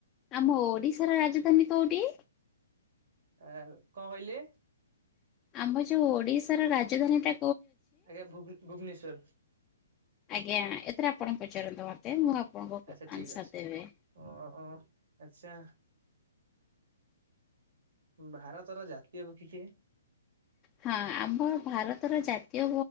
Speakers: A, on the left; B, on the right.
A: ଆମ ଓଡିଶାର ରାଜଧାନୀ କୋଉଠି?
B: ଆ କଣ କହିଲେ?
A: ଆମ ଯୋଉ ଓଡିଶାର ରାଜଧାନୀ ଟା
B: ଆଜ୍ଞା ଭୁବ୍ ଭୁବନେଶ୍ଵର।
A: ଆଜ୍ଞା ଏଥିରେ ଆପଣଙ୍କୁ ପଚାରନ୍ତୁ ମୋତେ। ମୁଁ ଆପଣଙ୍କୁ
B: ଆଚ୍ଛା ଠିକ
A: ଆନ୍ସର
B: ଅଛି
A: ଦେବି।
B: ଓ ଆଚ୍ଛା। ଭାରତର ଜାତୀୟ ପକ୍ଷୀ କିଏ?
A: ହଁ ଆମ ଭାରତର ଜାତୀୟ